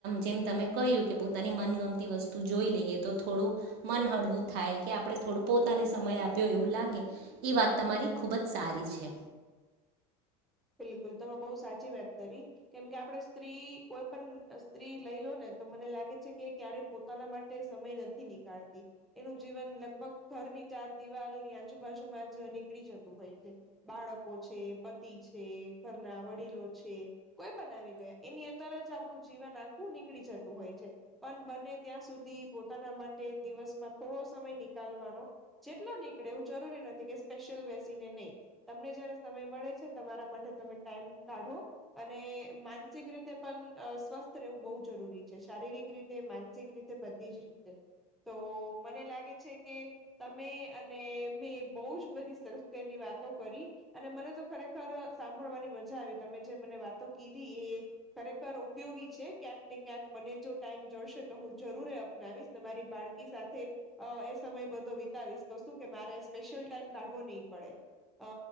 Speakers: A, on the right (about 55°); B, in the centre.
A: જેમ તમે કહ્યું કે પોતાની મનગમતી વસ્તુ જોઈ લઈએ તો થોડું મન હળવું થાય કે આપણે થોડું પોતાને સમય આપ્યો એવું લાગે એ વાત તમારી ખૂબ જ સારી છે
B: બિલકુલ તો બહુ સાચી વાત કરી કેમકે આપડે સ્ત્રી કોઈ પણ સ્ત્રી લઈ લો ને તો મને લાગે છે કે એ ક્યારેય પોતાના માટે સમય નથી નીકાળતી એનું જીવન લગભગ ધર ની ચાર દિવાલ ની આજુબાજુમાં જ નીકળી જતું હોય છે બાળકો છે, પતિ છે ઘરના વડીલો છે, કોઈ પણ આવી ગયા એની અંદર જ આપ આપડુ જીવન આખું નીકળી જતું હોય છે પણ બને ત્યાં સુધી પોતાના માટે દિવસમાં થો થોડો સમય નીકાલવા નો જેટલો નીકળે એવું જરૂરી નથી કે સ્પેશિલ બેસીને નહી તમને જયારે સમય મળે છે તમારા માટે તમે ટાઈમ કાઢો અને માનસિક રીતે પણ સ્વસ્થ રહેવું બવ જરૂરી છે શારીરિક રીતે, માનસિક રીતે બધી જ રીતે તો મને લાગે છે કે તમે અને મેં બહુ જ બધી સેલ્ફ કરીની વાત વાતો કરી અને મને તો ખરેખર સાંભળવાની મજા આવી તમે જે મને વાતો કીધી એ ખરેખર ઉપયોગી છે ક્યાંક મને જો ટાઈમ જળશે તો હું જરૂર અપનાવીશને મારી બાળકી સાથે અ એ સમય વિતાવીશ તો શું કે મારે સ્પેશિયલ ટાઈમ કાઢવો નહીિ પડે અ